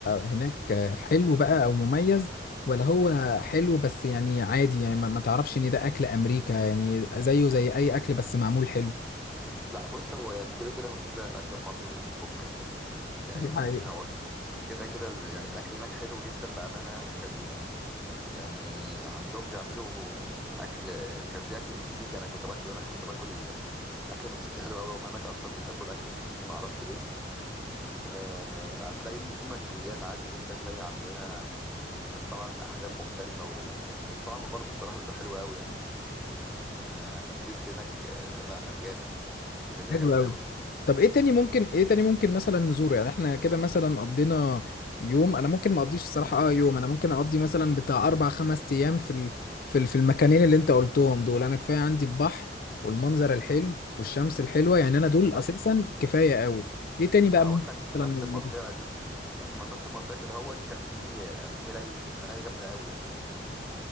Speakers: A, on the left (about 55°); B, in the centre.
A: هناك حلو بقى او مميز ولا هو حلو بس يعني عادي يعني ما ما تعرفش ان ده اكل امريكا يعني زيه زي اي اكل بس معمول حلو
B: لا بص هو يعني كده كده مفيش زي الأكل المصري يعني فكك يعني يعني
A: دي حقيقة
B: هو كده كده ال- يعني الأكل هناك حلو جدا بأمانة يعني كان آه، يعني عندهم بيعملوا أكل كان في أكل مكسيكي أنا كنت باكله هناك كنت باكل أكل مكسيكي حلو قوي وهم هناك أصلا بيحبوا الأكل المكسيكي معرفش ليه آه، هتلاقي في مشويات عادي جدا زي عندنا ب- بس طبعا الأحجام مختلفة و... والطعم برضو الصراحة بيبقى حلو قوي يعني يعني التيست هناك آه، لا جامد كده كده
A: حلو
B: جامد
A: قوي
B: قوي يعني
A: طب ايه تاني ممكن ايه تاني ممكن مثلا نزوره يعني احنا كده مثلا قضينا يوم انا ممكن ما اقضيش الصراحه اه يوم انا ممكن اقضي مثلا بتاع اربع خمس ايام في ال... في ال... في المكانين اللي انت قلتهم دول انا كفايه عندي البحر والمنظر الحلو والشمس الحلوه يعني انا دول
B: طب
A: اساسا كفايه قوي ايه تاني بقى
B: هقول
A: ممكن
B: لك في
A: مثلا
B: نفس
A: نبص
B: المنطقة دي في من نفس المنطقة كده هوت كان في آه، في ملاهي ملاهي جامدة قوي يعني يعني